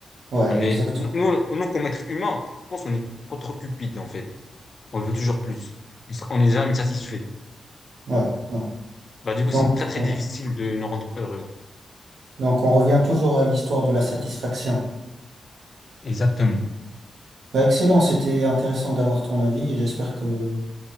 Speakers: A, on the right; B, on the left.
A: ouais
B: On
A: exactement.
B: est nous, nous comme être humain, je pense qu'on est trop trop cupide en fait. On veut toujours plus. On s- on est jamais satisfait.
A: Ouais, ouais.
B: Bah du coup,
A: Donc,
B: c'est très très
A: ouais.
B: difficile de nous rendre heureux.
A: Donc on revient toujours à l'histoire de la satisfaction.
B: Exactement.
A: Bah, excellent, c'était intéressant d'avoir ton avis et j'espère que